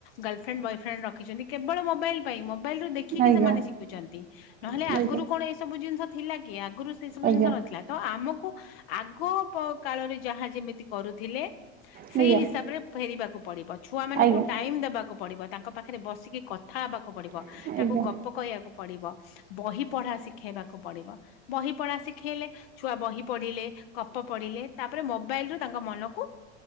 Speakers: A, on the left; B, on the right.
A: ଗର୍ଲଫ୍ରେଣ୍ଡ ବୟଫ୍ରେଣ୍ଡ ରଖିଛନ୍ତି କେବଳ ମୋବାଇଲ ପାଇଁ ମୋବାଇଲରୁ ଦେଖିକି
B: ଆଜ୍ଞା
A: ସେମାନେ ଶିଖୁଛନ୍ତି ନହଲେ
B: ଆଜ୍ଞା
A: ଆଗରୁ କଣ ଏସବୁ ଜିନିଷ ଥିଲା କି ଆଗରୁ? ସେ ସବୁ
B: ଆଜ୍ଞା
A: ଜିନିଷ ନଥିଲା ତ ଆମକୁ ଆଗ କାଳରେ ଯାହା ଯେମିତି କରୁଥିଲେ
B: ଆଜ୍ଞା
A: ସେଇ ହିସାବରେ ଫେରିବାକୁ ପଡିବ ଛୁଆ ମାନଙ୍କୁ
B: ଆଜ୍ଞା
A: ଟାଇମ୍ ଦେବାକୁ। ପଡିବ ତାଙ୍କ ପାଖରେ ବସିକି କଥା ହେବାକୁ ପଡିବ
B: ଆଜ୍ଞା।
A: ତାଙ୍କୁ ଗପ କହିବାକୁ ପଡିବ। ବହି ପଢା ଶିଖେଇବାକୁ ପଡିବ ବହି ପଢା ଶିଖେଇଲେ ଛୁଆ ବହି ପଢିଲେ ଗପ ପଢିଲେ ତାପରେ ମୋବାଇଲ ରୁ ତାଙ୍କ ମନକୁ